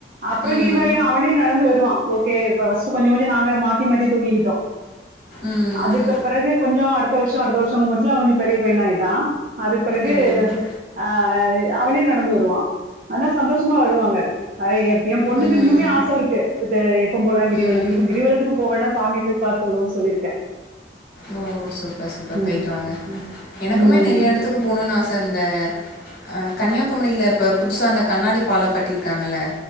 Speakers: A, on the right (about 45°); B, on the left (about 55°).
A: அப்ரொகு
B: ம்.
A: இவ ஏ அவனே நடந்து வருவான் ஓகே பஸ்ட்டு கொஞ்சம் கொஞ்சம் நா. அவங்க மாத்திமாத்தி தூக்கிகிட்டோம்
B: ம்.
A: அதுக்கு பிறகு கொஞ்சம் அடுத்த வருஷொ அடுத்த வருஷொங்கபோதுல அவன் கொஞ்சோ பெரிய பையனா ஆய்ட்டான் அதுக்பிறகு
B: ம்.
A: ஆ அவனே நடந்து வருவான் ஆனா சந்தோஷமா வருவாங்க அ எ ஏ பொண்ணுக்கு
B: ம்.
A: இன்னுமே ஆச இருக்கு இப்ப த எப்ப போலா கிரிவலத்துக்கு
B: ம்.
A: இப்ப கிரிவல. த்துக்கு போவேன்னா சாமிய போய் பாத்து வருவோம் சொல்லியிருக்கேன்.
B: ஓ சூப்பர் சூப்பர்
A: ம்,
B: போயிட்டு வாங்க
A: ம்,
B: எனக்குமே
A: ம்,
B: நெறையா
A: ம்.
B: எடத்துக்கு போணும்னு ஆச. அந்த அ கன்னியாகுமரியில இப்ப புதுசா அந்த கண்ணாடிபாலோ கட்டியிருக்காங்கல்ல.